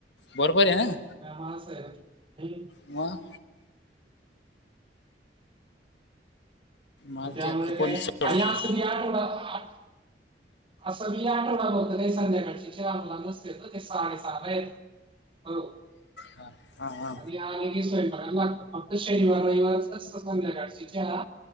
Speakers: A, on the left; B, on the right.
A: बरोबर आहे हं.
B: <unintelligible> सगळे, हंम्म.
A: मग? मालकी
B: तर त्यामुळे
A: हक्क कोणी
B: काय?
A: सोडत
B: आणि आस
A: नाही
B: <unintelligible> आठवडा आठ. असं बी आठवडा भर तर काय संध्याकाळची चारला नसतेचं, ते साडे सहाला येतात. हो.
A: हा हा हा
B: आणि आलं कि स्वैपाकाला लागतात. फक्त शनिवार रैवारचाच <unintelligible> संध्याकाळची चहा